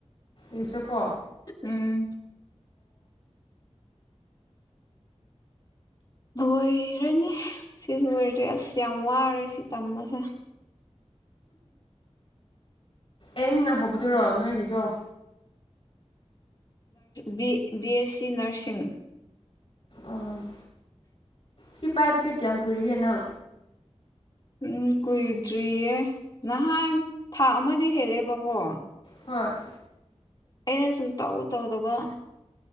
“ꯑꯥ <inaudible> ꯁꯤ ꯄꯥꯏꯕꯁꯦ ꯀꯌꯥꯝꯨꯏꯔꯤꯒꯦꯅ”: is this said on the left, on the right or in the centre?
Left